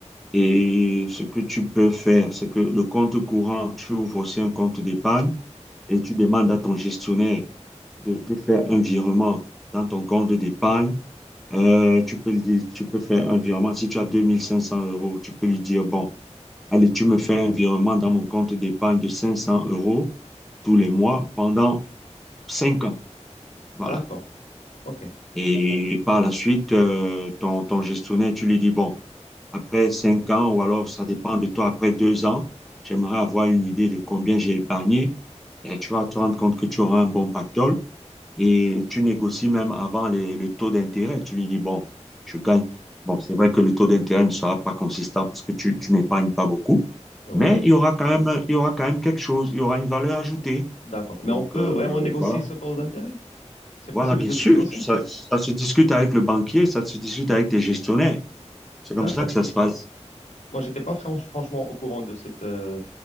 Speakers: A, in the centre; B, on the left.
A: Et ce que tu peux faire, c'est que le compte courant, tu ouvres aussi un compte d'épargne et tu demandes à ton gestionnaire de te faire un virement dans ton compte d'épargne. Euh, tu peux lui dire- tu peux faire un virement. Si tu as 2500 euros, tu peux lui dire, bon, allez, tu me fais un virement dans mon compte d'épargne de 500 euros tous les mois pendant 5 ans. Voilà.
B: D'accord. OK.
A: Et par la suite, euh, ton, ton gestionnaire, tu lui dis, bon, après cinq ans, ou alors ça dépend de toi, après deux ans, j'aimerais avoir une idée de combien j'ai épargné. Et tu vas te rendre compte que tu auras un bon pactole. Et tu négocies même avant les- le taux d'intérêt. Tu lui dis, bon, je gagne. Bon, c'est vrai que le taux d'intérêt ne sera pas consistant parce que tu, tu n'épargnes pas beaucoup,
B: Oui.
A: mais il y aura quand même, il y aura quand même quelque chose, il y aura une valeur ajoutée.
B: D'accord. Mais
A: Donc,
B: on peut
A: euh,
B: vraiment négocier
A: voilà.
B: ce taux d'intérêt? C'est
A: Voilà,
B: possible
A: bien
B: de
A: sûr,
B: négocier?
A: ça, ça se discute avec le banquier, ça se discute avec tes gestionnaires. C'est
B: D'accord.
A: comme ça que ça se passe.
B: Moi, j'étais pas fran- franchement au courant de cette, euh,